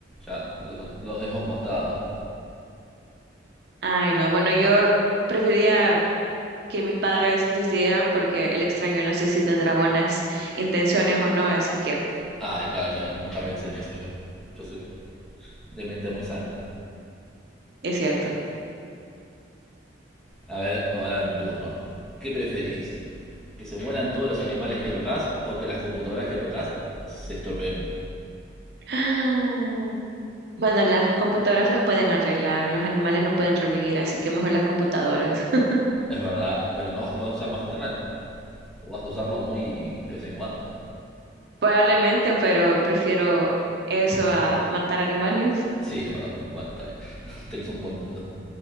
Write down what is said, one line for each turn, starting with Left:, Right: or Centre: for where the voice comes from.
Centre: ya los, los dejo a un costado.
Right: Ay, no. Bueno, yo prefería que mis padres decidieran porque el extraño no sé si tendrá buenas intenciones o no, así que
Centre: Ay, claro, también nunca pensé en eso yo. Yo soy de mente muy sana.
Right: es cierto. <gasps>
Centre: A ver, ahora es mi turno. ¿Qué preferís? ¿Que se mueran todos los animales que tocas o que las computadoras que tocas se estropeen?
Right: Ah, Bueno, las computadoras las pueden arreglar, los animales no pueden revivir, así que mejor las computadoras. <laughs>
Centre: Es verdad, pero no vas a poder usar más internet. O vas a usarlo muy de vez en cuando.
Right: Probablemente, pero prefiero eso a matar animales.
Centre: Sí, es verdad. Bueno, está bien. <laughs> Tenés un buen punto.